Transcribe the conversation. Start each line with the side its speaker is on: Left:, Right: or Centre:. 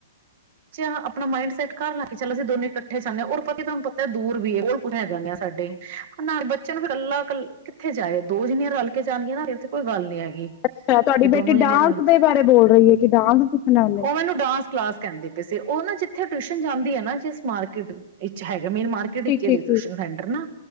Right: ਜੇ ਆਪਣਾ ਮਾਈੰਡ ਸੈਟ ਕਰ ਲਾ ਕੇ ਚੱਲ ਅਸੀਂ ਦੋਨੇ ਏ ਚਾਹਨੇ ਆ, ਔਰ ਪਤਾ ਤੁਹਾਨੂੰ ਪਤਾ ਦੂਰ ਵੀ ਏ, <inaudible> ਸਾਡੇ ਨਾਲੇ ਬੱਚੇ ਨੂੰ ਫਿਰ ਕੱਲਾ ਕੱ ਕਿੱਥੇ ਜਾਏ। ਦੋ ਜਿੰਨੀਆਂ ਰਲ ਕੇ ਜਾਨੀਆਂ ਨਾ ਫ਼ੇਰ ਤੇ ਕੋਈ ਗੱਲ ਨੀ ਹੈਗੀ।
Left: ਅੱਛਾ। ਤੁਹਾਡੀ
Right: ਵੀ
Left: ਬੇਟੀ
Right: ਦੋਨੋ ਜਣੇ
Left: ਡਾਂਸ
Right: ਰਲ
Left: ਦੇ ਬਾਰੇ ਬੋਲ ਰਹੀ ਹੈ, ਕਿ ਡਾਂਸ ਪੁਛਣਾੁ ਉਹਨੇ।
Right: ਉਹ ਮੈਨੂੰ ਡਾਂਸ ਕਲਾਸ ਕਹਿੰਦੇ ਪਏ ਸੀ ਉਹ ਨਾ ਜਿੱਥੇ ਟਿਊਸ਼ਨ ਜਾਂਦੀ ਹੈ ਨਾ ਜਿਸ ਮਾਰਕੀਟ ਵਿੱਚ ਹੈਗਾ। ਮੇਨ ਮਾਰਕਿਟ ਵਿੱਚ
Left: ਠੀਕ-ਠੀਕ-ਠੀਕ,
Right: ਹੈ। ਟਊਸ਼ਨ ਸੈਂਟਰ। ਨਾ,